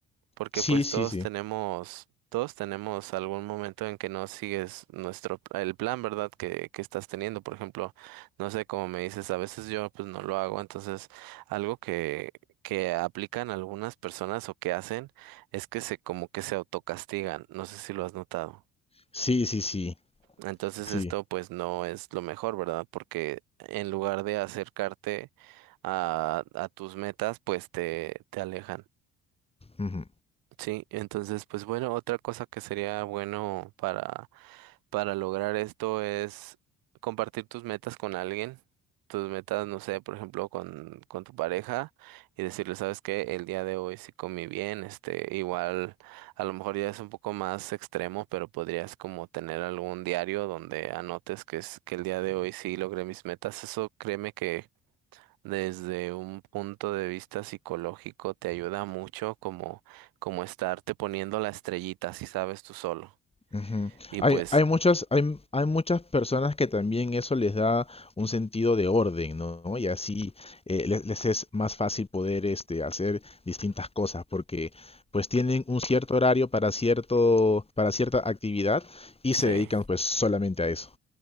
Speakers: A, on the right; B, on the left.
A: porque
B: Sí,
A: pues
B: sí,
A: todos
B: sí.
A: tenemos, todos tenemos algún momento en que no sigues nuestro, el plan, ¿verdad? Que, que estás teniendo, por ejemplo, no sé, como me dices, a veces yo pues no lo hago, entonces algo que, que aplican algunas personas o que hacen es que se, como que se autocastigan, no sé si lo has notado.
B: Sí, sí, sí.
A: Entonces
B: Sí.
A: esto pues no es lo mejor, ¿verdad? Porque en lugar de acercarte a, a tus metas, pues te, te alejan.
B: Ujú,
A: Sí, entonces, pues bueno, otra cosa que sería bueno para, para lograr esto es compartir tus metas con alguien, tus metas, no sé, por ejemplo, con, con tu pareja y decirle, sabes que el día de hoy sí comí bien, este, igual, a lo mejor ya es un poco más extremo, pero podrías como tener algún diario donde anotes que es, que el día de hoy sí logré mis metas. Eso créeme que desde un punto de vista psicológico te ayuda mucho como, como estarte poniendo la estrellita si sabes tú solo.
B: ujú.
A: Y
B: Hay,
A: pues
B: hay muchas, hay, m- hay muchas personas que también eso les da un sentido de orden, ¿no? ¿no? Y así eh, les, les es más fácil poder este, hacer distintas cosas porque pues tienen un cierto horario para cierto, para cierta actividad y
A: sí,
B: se dedican pues solamente a eso.